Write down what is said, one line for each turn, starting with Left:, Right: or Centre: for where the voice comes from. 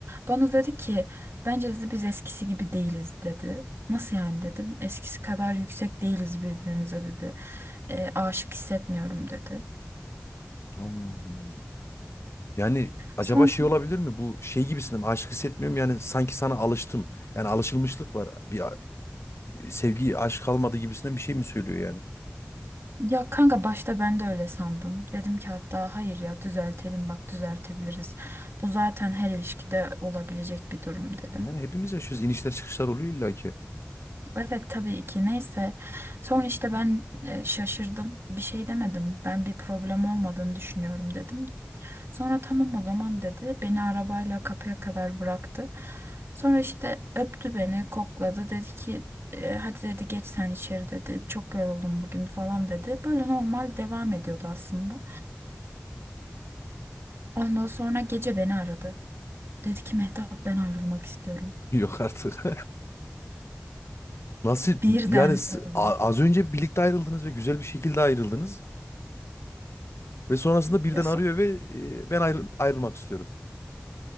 Right: Bana dedi ki bence dedi biz eskisi gibi değiliz dedi. Nasıl yani dedim eskisi kadar yüksek değiliz birbirimize dedi. "E, aşık hissetmiyorum dedi.
Left: Allah'ım. Yani acaba
Right: Sonra
Left: şey olabilir mi? Bu şey gibisinden aşk hissetmiyorum yani sanki sana alıştım. Yani alışılmışlık var. Bir sevgi, aşk kalmadı gibisinden bir şey mi söylüyor yani?
Right: ya kanka başta ben de öyle sandım. Dedim ki hatta hayır ya düzeltelim bak düzeltebiliriz. Bu zaten her ilişkide olabilecek bir durum dedim.
Left: Yani hepimiz yaşıyoruz. İnişler çıkışlar oluyor illa ki.
Right: Evet tabii ki neyse. Sonra işte ben e, şaşırdım. Bir şey demedim. Ben bir problem olmadığını düşünüyorum dedim. Sonra tamam o zaman dedi. Beni arabayla kapıya kadar bıraktı. Sonra işte öptü beni, kokladı. Dedi ki "E, hadi dedi geç sen içeri dedi. Çok yoruldum bugün falan dedi. Böyle normal devam ediyordu aslında. Ondan sonra gece beni aradı. Dedi ki Mehtap ben ayrılmak istiyorum.
Left: <laughs> Yok artık. <laughs> Nasıl
Right: Birden
Left: yani s-
Right: böyle.
Left: a- az önce birlikte ayrıldınız ve güzel bir şekilde ayrıldınız ve sonrasında birden
Right: Ya
Left: arıyor ve e, ben ayrı- ayrılmak istiyorum.